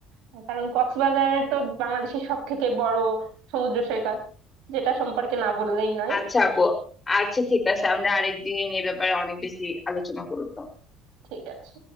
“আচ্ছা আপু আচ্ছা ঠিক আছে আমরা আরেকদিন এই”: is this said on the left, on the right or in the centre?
Left